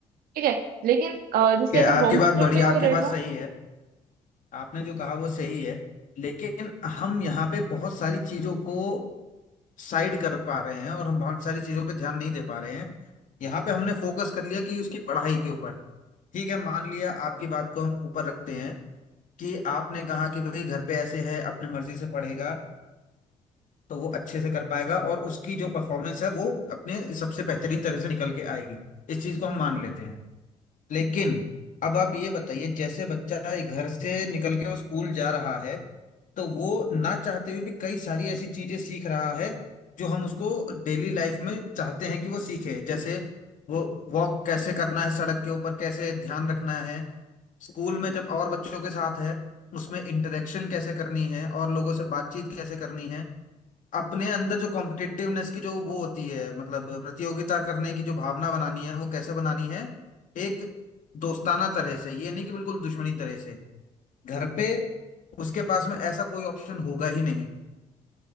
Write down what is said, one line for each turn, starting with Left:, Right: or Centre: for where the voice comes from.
Right: ठीक है लेकिन अ, जैसे
Left: ठीक है
Right: अगर
Left: आपकी
Right: होम
Left: बात
Right: स्कूल
Left: बढ़िया
Right: में वो
Left: आपकी
Right: रहेगा
Left: बात सही है आपने जो कहा वो सही है लेकिन हम यहाँ पे बहुत सारी चीजों को साइड कर पा रहे हैं और हम बहुत सारी चीजों पे ध्यान नहीं दे पा रहे हैं यहाँ पे हमने फोकस कर लिया कि उसकी पढ़ाई के ऊपर ठीक है मान लिया आपकी बात को हम ऊपर रखते हैं कि आपने कहा कि भाई घर पे ऐसे है अपने मर्जी से पढ़ेगा तो वो अच्छे से कर पाएगा और उसकी जो परफॉर्मेंस है वो अपने सबसे बेहतरीन तरह से निकल के आएगी इस चीज को हम मान लेते हैं लेकिन अब आप ये बताइए जैसे बच्चा ये घर से निकल के वो स्कूल जा रहा है तो वो ना चाहते हुए भी कई सारी ऐसी चीजें सीख रहा है जो हम उसको डेली लाइफ में चाहते हैं कि वो सीखे जैसे वो वॉक कैसे करना है सड़क के ऊपर कैसे ध्यान रखना है स्कूल में जब और बच्चों के साथ है उसमें इंटरेक्शन कैसे करनी है और लोगों से बातचीत कैसे करनी है अपने अंदर जो कॉम्पिटिटिवनेस की जो वो होती है मतलब प्रतियोगिता करने की जो भावना बनानी है वो कैसे बनानी है एक दोस्ताना तरह से ये नहीं कि बिल्कुल दुश्मनी तरह से घर पे उसके पास में ऐसा कोई ऑप्शन होगा ही नहीं